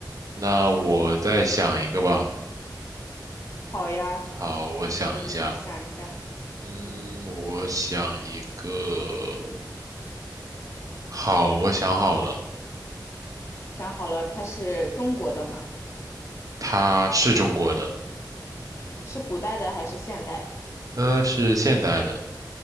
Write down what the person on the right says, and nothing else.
那我再想一个吧。
好，我想一下。
嗯，
我想一个。好，我想好了，
他是中国的，
呃，是现代的，